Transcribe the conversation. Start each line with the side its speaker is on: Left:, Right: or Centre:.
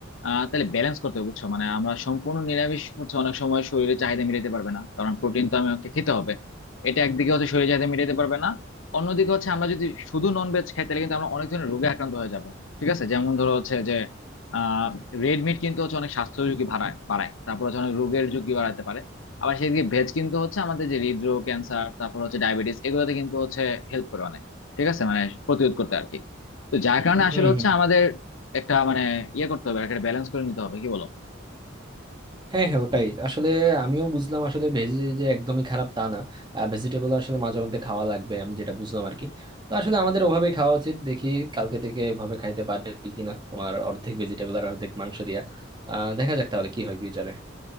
Left: আহ তাহলে ব্যালেন্স করতে হবে বুঝছো মানে আমরা সম্পূর্ণ নিরামিষ হচ্ছে অনেক সময় শরীরে চাহিদা মিটাতে পারবে না কারণ প্রোটিন তো আমাকে খেতে হবে এটা একদিকে হচ্ছে শরীরে চাহিদা মিটাতে পারবে না অন্যদিকে হচ্ছে আমরা যদি শুধু নন ভেজ খাই তাহলে কিন্তু আমরা অনেক ধরনের রোগে আক্রান্ত হয়ে যাব ঠিক আছে যেমন ধরো হচ্ছে যে আহ রেড মিট কিন্তু হচ্ছে অনেক স্বাস্থ্য ঝুঁকি বাড়ায় বাড়ায় তারপর হচ্ছে অনেক রোগের ঝুঁকি বাড়াতে পারে আবার সেদিকে ভেজ কিন্তু হচ্ছে আমাদের যে হৃদরোগ ক্যান্সার তারপর হচ্ছে ডায়াবেটিস এগুলোতে কিন্তু হচ্ছে হেল্প করে অনেক। ঠিক আছে মানে প্রতিরোধ করতে আর কি তো যার কারণে আসলে
Right: হুম
Left: হচ্ছে
Right: হুম
Left: আমাদের একটা মানে ইয়ে করতে হবে একটা ব্যালেন্স করে নিতে হবে কি বলো
Right: হ্যাঁ হ্যাঁ ওটাই আসলে আমিও বুঝলাম আসলে ভেজ যে একদমই খারাপ তা না ভেজিটেবল আসলে মাঝে মধ্যে খাওয়া লাগবে আমি যেটা বুঝলাম আর কি তো আসলে আমাদের ওভাবে খাওয়া উচিত দেখি কালকে থেকে এভাবে খাইতে পারি কিনা তোমার অর্ধেক ভেজিটেবল আর অর্ধেক মাংস দিয়া আহ দেখা যাক তাহলে কি হয় ফিউচারে